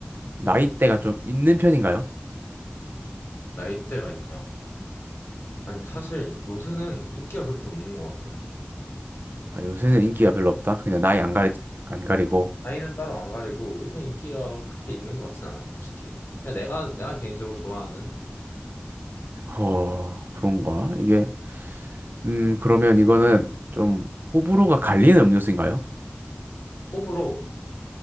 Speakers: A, on the right; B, on the left.
A: 나이대가
B: 음.
A: 좀 있는 편인가요?
B: 나이대가 있냐? 아니 사실 요새는 인기가 그렇게 없는 것 같아.
A: 아, 요새는 인기가 별로 없다. 그냥 나이 안 가리, 안 가리고.
B: 나이는 따로 안 가리고 요새 인기가 그렇게 있는 것 같진 않아, 솔직히. 그냥 내가, 내가 개인적으로 좋아하는
A: 허, 그런가? 이게, 음, 그러면 이거는 좀 호불호가 갈리는 음료수인가요?
B: 호불호